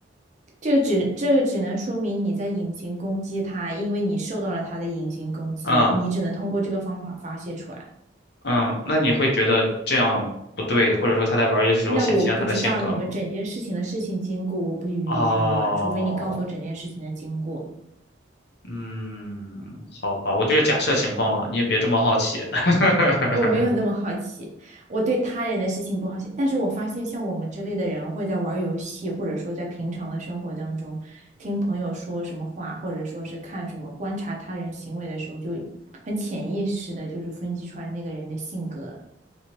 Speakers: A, on the right; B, on the left.
A: 这个只这个只能说明你在隐形攻击他，因为你受到了他的隐形攻击，
B: 嗯。
A: 你只能通过这个方法发泄出来。
B: 嗯，那你会觉得这样不对，或者说他在玩儿游戏的时候显现了他的性格吗？
A: 那我不知道你们整件事情的事情经过，我不予以判断，
B: 哦，
A: 除非你告诉我整件事情的经过。
B: 嗯，好吧，我就是假设情况了，你也别这么好奇。<laughs>
A: 我没有那么好奇，我对他人的事情不好奇。但是我发现，像我们这类的人会在玩游戏，或者说在平常的生活当中，听朋友说什么话，或者说是看什么观察他人行为的时候，就很潜意识的，就是分析出来那个人的性格，